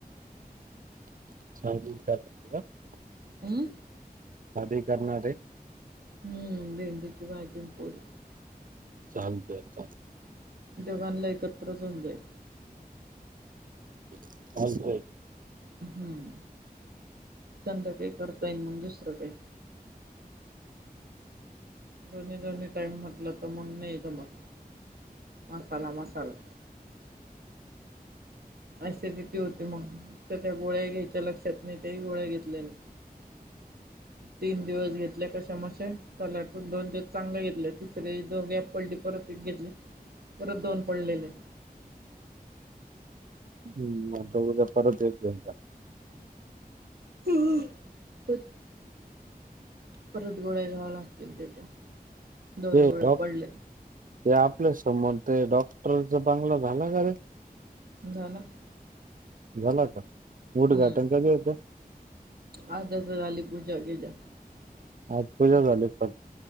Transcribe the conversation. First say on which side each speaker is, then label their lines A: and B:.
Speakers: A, on the right; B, on the right.
A: <inaudible>
B: आम्
A: साधी करणार हे.
B: हम्म भेंडीची भाजी न पोळी.
A: चालत चाल.
B: देघांना एकत्र होऊन जाईन
A: <inaudible>
B: हम्म, संध्याकाळी करता येईन मग दुसरं काही. दोन्ही दोन्ही टाईम म्हटंल तर मग नाही जमत. मसाला, मसाला. ऍसिडिटी होते मग त्या- त्या गोळ्या घ्यायच्या लक्षात नाही तेही गोळ्या घेतल्या मी. तीन दिवस घेतले कशा मसे. पलाटून दोन दिवस चांगले घेतले तिसर दोन गॅप पडले परत एक घेतले. परत दोन पडलेले.
A: हम् आता उद्या परत एक घेतला.
B: <unintelligible> परत गोळ्या घ्याव्या लागतील त्याच्या, दोन
A: हे
B: गोळ्या
A: डॉक
B: पडले
A: ते आपले समोर ते डॉक् प्रवीणचा बंगला झाला का रे?
B: झाला.
A: झाला का. उद्घाटन
B: हम्म
A: कधी होतं
B: आ आजच झाली पूजा बिजा
A: आज पूजा झाली पण.